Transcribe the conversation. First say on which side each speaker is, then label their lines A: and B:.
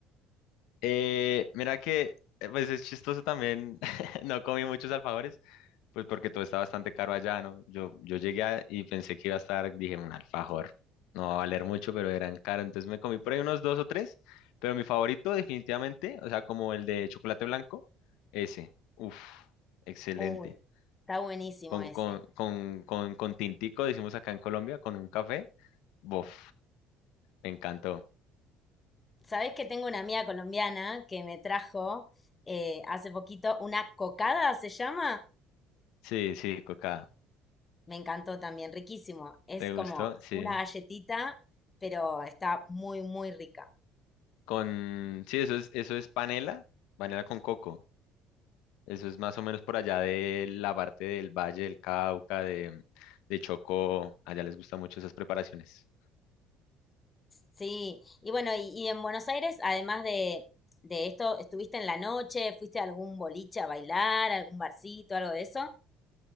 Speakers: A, on the left; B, on the left.
A: Eh, mira que, eh, pues es chistoso también. <laughs> No comí muchos alfajores Pues porque todo está bastante caro allá, ¿no? Yo, yo llegué a- y pensé que iba a estar, dije, un alfajor. No va a valer mucho, pero eran caros. Entonces me comí por ahí unos dos o tres, pero mi favorito definitivamente, o sea, como el de chocolate blanco, ese. Uf, excelente.
B: Uy, está buenísimo
A: Con,
B: ese.
A: con, con, con, con tintico, decimos acá en Colombia, con un café. Bof, me encantó.
B: Sabés que tengo una amiga colombiana que me trajo eh, hace poquito una cocada, se llama.
A: Sí, sí, coca.
B: Me encantó también, riquísimo. Es
A: ¿Te
B: como
A: gustó? Sí.
B: una galletita, pero está muy, muy rica.
A: Con, sí, eso es, eso es panela, panela con coco. Eso es más o menos por allá de la parte del Valle del Cauca, de, de Chocó. Allá les gustan mucho esas preparaciones.
B: Sí, y bueno, y, y en Buenos Aires, además de, de esto, ¿estuviste en la noche? ¿Fuiste a algún boliche a bailar, algún barcito, algo de eso?